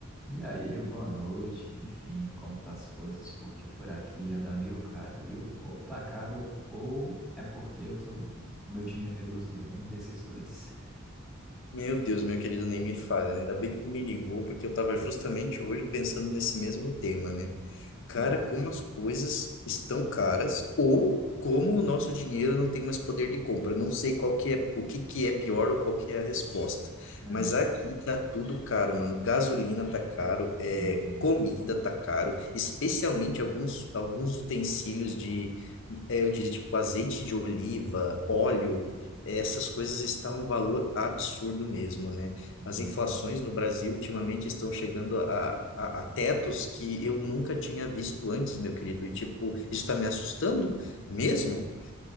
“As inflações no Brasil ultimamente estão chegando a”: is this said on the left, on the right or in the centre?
Left